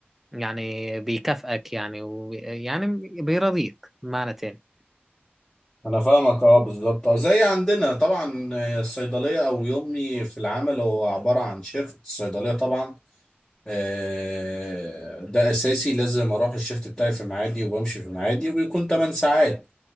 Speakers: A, in the centre; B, on the left.
A: يعني بيكافئك يعني و... يعني بيرضيك بمعنى تاني
B: انا فاهمك اه بالظبط اه زي عندنا طبعا آه، الصيدليه او يومي في العمل هو عباره عن شيفت الصيدليه طبعا آه، ده اساسي لازم اروح الشيفت بتاعي في ميعادي وبمشي في ميعادي وبيكون 8 ساعات